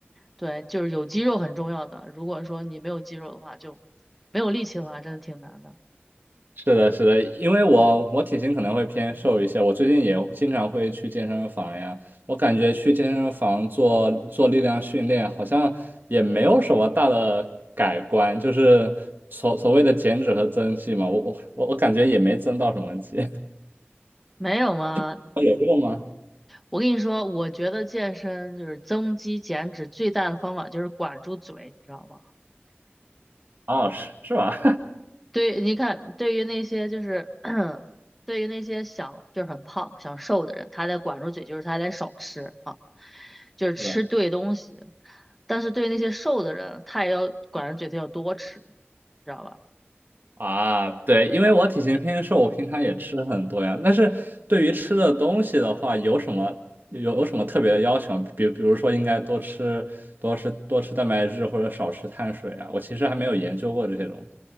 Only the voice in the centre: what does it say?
对，就是有肌肉很重要的。如果说你没有肌肉的话，就没有力气的话，真的挺难的。
没有吗？
我跟你说，我觉得健身就是增肌减脂最大的方法就是管住嘴，你知道吗？
对，你看，对于那些就是，<clears throat> 对于那些想就是很胖、想瘦的人，他得管住嘴，就是他得少吃啊，就是吃对东西。
但是对那些瘦的人，他也要管住嘴，他要多吃，知道吧？